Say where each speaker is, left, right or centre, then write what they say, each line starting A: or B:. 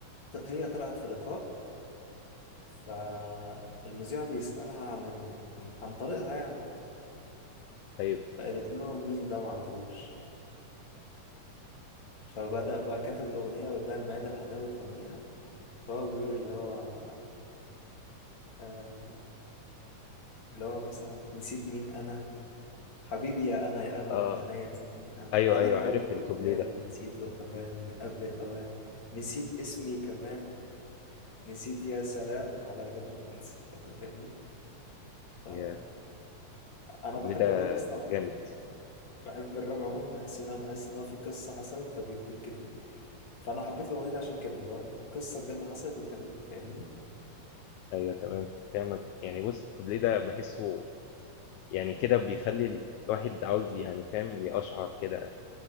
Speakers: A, on the left; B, on the left.
A: ط- هي طلعت في لقاء فالمذيع بيسألها عن ال... عن طريقها يعني
B: ايوه
A: فقالت لهم مين ده معرفوش فبدأ بقى كتب الأغنية واداها لميادة الحناوي تغنيها فهو بيقول اللي هو آه اللي هو مثلا نسيت مين أنا حبيبي يا أنا يا أغلى
B: اه
A: من عينيا نسيت من أنا
B: ايوه
A: أنا
B: ايوه
A: الحب
B: عارف الكوبليه
A: والكلام
B: ده
A: اللي نسيته أوان من قبل الأوان نسيت اسمي كمان نسيت يا سلام على غدر الإنسان فاهمني فأنا
B: يا،
A: بحب
B: الكوبليه ده
A: الراب أصلا
B: جامد
A: عموما بحب الراب عموما بحس إن أنا بحس إن هو في قصة حصلت فبتتكتب فأنا حبيت الأغنية دي عشان كده اللي هو قصة بجد حصلت واتكتبت فاهمني
B: ايوه تمام فاهمك يعني بص الكوبليه ده بحسه يعني كده بيخلّي الواحد عاوز يعني فاهم، يقشعر كده،